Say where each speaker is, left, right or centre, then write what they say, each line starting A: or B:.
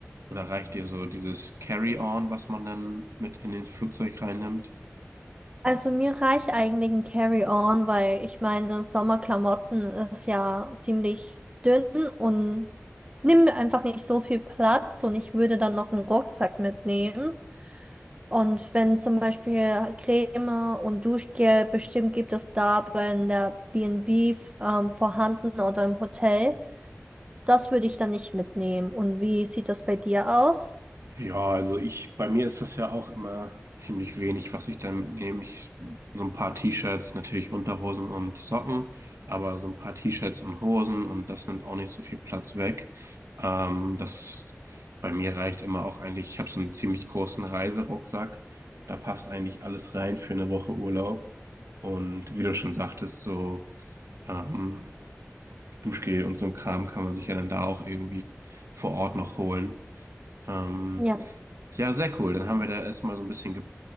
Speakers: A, on the right (about 70°); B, on the right (about 25°).
A: oder reicht dir so dieses Carry-on, was man dann mit in den Flugzeug reinnimmt?
B: Also mir reicht eigentlich ein Carry-on, weil ich meine, Sommerklamotten ist ja ziemlich dünn und nimmt mir einfach nicht so viel Platz und ich würde dann noch einen Rucksack mitnehmen. Und wenn zum Beispiel Creme und Duschgel, bestimmt gibt es da bei in der B&B ähm, vorhanden oder im Hotel, das würde ich dann nicht mitnehmen. Und wie sieht das bei dir aus?
A: Ja, also ich, bei mir ist das ja auch immer ziemlich wenig, was ich dann mitnehme. Ich, so ein paar T-Shirts, natürlich Unterhosen und Socken, aber so ein paar T-Shirts und Hosen und das nimmt auch nicht so viel Platz weg. Ähm, das bei mir reicht immer auch eigentlich, ich habe so einen ziemlich großen Reiserucksack. Da passt eigentlich alles rein für eine Woche Urlaub. Und wie du schon sagtest, so ähm, Duschgel und so ein Kram kann man sich ja dann da auch irgendwie vor Ort noch holen. Ähm,
B: Ja,
A: ja, sehr cool. Dann haben wir da erstmal so ein bisschen ge